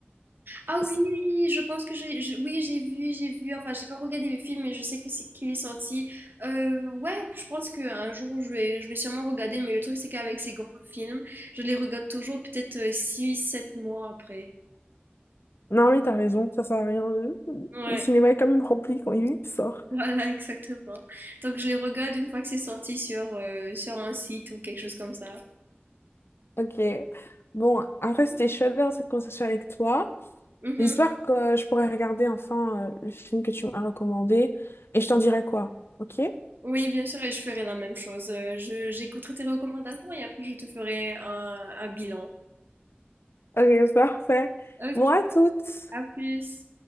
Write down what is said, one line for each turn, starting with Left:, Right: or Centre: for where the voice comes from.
Right: Ah
Left: C'est-
Right: oui, je pense que j'ai, je- oui, j'ai vu, j'ai vu. Enfin, j'ai pas regardé le film, mais je sais que c'est qu'il est sorti. Euh, ouais, je pense qu'un jour je vais, je vais sûrement regarder. Mais le truc, c'est qu'avec ces grands films, je les regarde toujours peut-être euh, six sept mois après.
Left: Non mais t'as raison, ça sert à rien. Le
Right: Ouais,
Left: le cinéma est quand même rempli quand il sort.
Right: <laughs> voilà, exactement. Donc je les regarde une fois que c'est sorti sur, euh, sur un site ou quelque chose comme ça.
Left: Ok. Bon, après c'était chouette d'avoir cette conversation avec toi.
Right: Mhm.
Left: J'espère que je pourrai regarder enfin euh, le film que tu m'as recommandé et je t'en dirai quoi. Ok?
Right: Oui, bien sûr, et je ferai la même chose. Euh, Je, j'écouterai tes recommandations et après je te ferai un, un bilan.
Left: Ok, parfait.
Right: Ok,
Left: Moi, toutes.
Right: à plus.